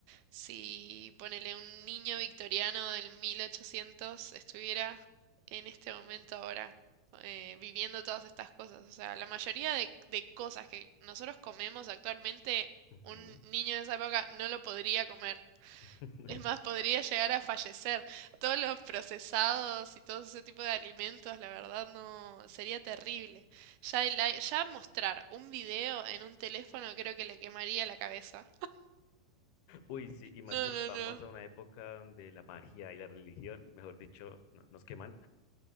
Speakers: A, on the right; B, on the left.
A: Si ponele un niño victoriano del 1800 estuviera en este momento ahora eh, viviendo todas estas cosas. O sea, la mayoría de, de cosas que nosotros comemos actualmente,
B: Ujú.
A: un niño de esa época no lo podría comer.
B: <laughs>
A: Es más, podría llegar a fallecer. Todos los procesados y todo ese tipo de alimentos, la verdad, no sería terrible. Ya, el ai- ya mostrar un video en un teléfono creo que le quemaría la cabeza.
B: Uy, sí, y más
A: No,
B: si nos
A: no,
B: vamos
A: no.
B: a una época donde la magia y la religión, mejor dicho, no- nos queman.